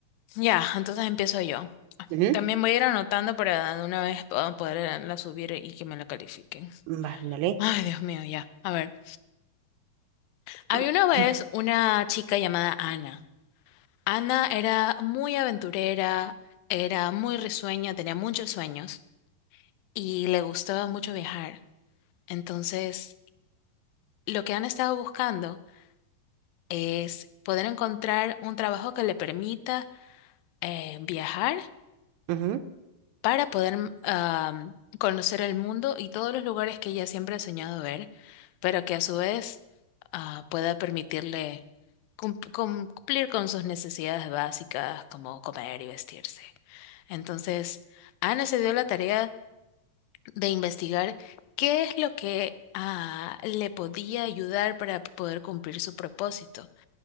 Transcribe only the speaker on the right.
Ujú.
Va, ándale.
<clears throat>
Ujú,